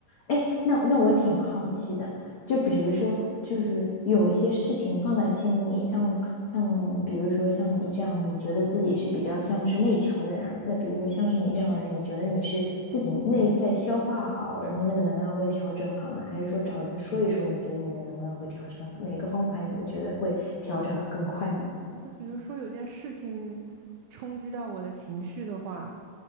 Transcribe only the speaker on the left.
哎，那那我挺好奇的，就比如说，就是有一些事情放在心里，像像比如说像你这样，你觉得自己是比较像是内求的人，那比如说像是你这样的人，你觉得你是自己内在消化好，然后那个能量会调整好呢，还是说找人说一说，你觉得你的能量会调整好？哪个方法你有觉得会调整的更快呢？